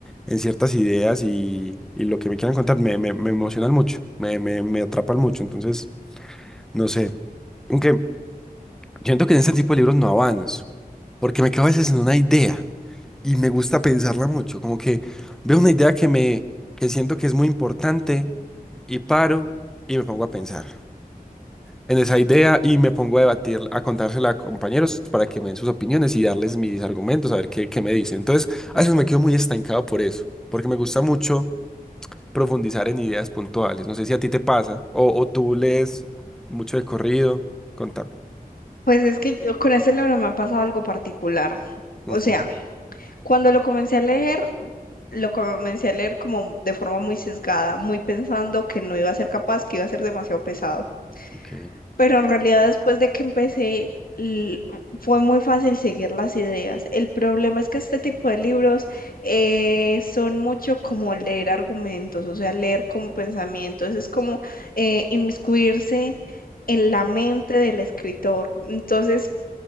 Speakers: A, in the centre; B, on the left.
A: en ciertas ideas y, y lo que me quieran contar me, me, me emocionan mucho, me, me, me atrapan mucho. Entonces, no sé. Aunque siento que en este tipo de libros no avanzo, porque me quedo a veces en una idea y me gusta pensarla mucho. Como que veo una idea que me, que siento que es muy importante y paro y me pongo a pensar. en esa idea y me pongo a debatir, a contársela a compañeros para que me den sus opiniones y darles mis argumentos, a ver qué, qué me dicen. Entonces, a veces me quedo muy estancado por eso, porque me gusta mucho profundizar en ideas puntuales. No sé si a ti te pasa o, o tú lees mucho de corrido, contame.
B: Pues es que yo- con ese libro me ha pasado algo particular. O
A: Ujú.
B: sea, cuando lo comencé a leer, lo comencé a leer como de forma muy sesgada, muy pensando que no iba a ser capaz, que iba a ser demasiado pesado.
A: Okay.
B: pero en realidad después de que empecé l- fue muy fácil seguir las ideas. El problema es que este tipo de libros eh, son mucho como leer argumentos, o sea, leer como pensamientos, es como eh, inmiscuirse en la mente del escritor. Entonces